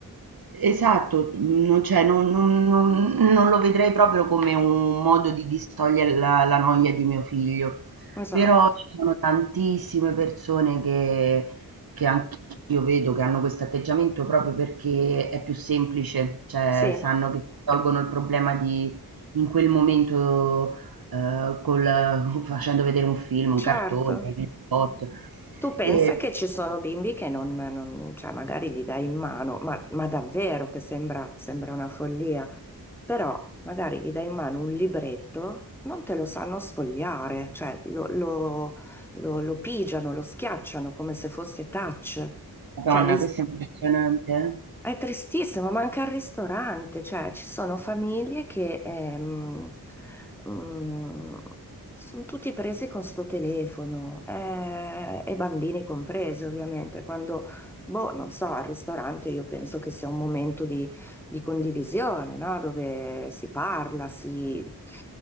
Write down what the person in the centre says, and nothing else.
esatto.
Sì,
certo.
Tu pensa
che ci sono bimbi che non, non- cioè magari gli dai in mano, ma, ma davvero che sembra, sembra una follia, però magari gli dai in mano un libretto, non te lo sanno sfogliare, cioè lo, lo- lo- lo pigiano, lo schiacciano come se fosse touch.
Cioè, li-
È tristissimo, manca il ristorante, cioè ci sono famiglie che ehm, mm, sono tutti presi con sto telefono eh, e bambini compresi ovviamente. Quando, boh, non so, al ristorante io penso che sia un momento di, di condivisione, no? Dove si parla, si...